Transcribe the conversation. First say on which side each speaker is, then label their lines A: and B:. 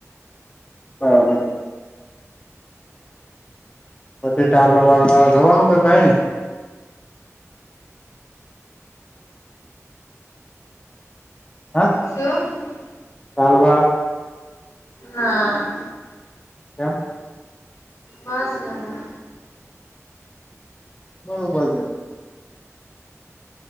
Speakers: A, on the left (about 20°); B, on the left (about 65°).
A: કઈ નઈ. પછી ચારવા બારવા જવાનું કે કઈ ને? હા?
B: શું?
A: તાલવા.
B: ના.
A: તો?
B: બસ એમ જ.
A: બરોબર છે.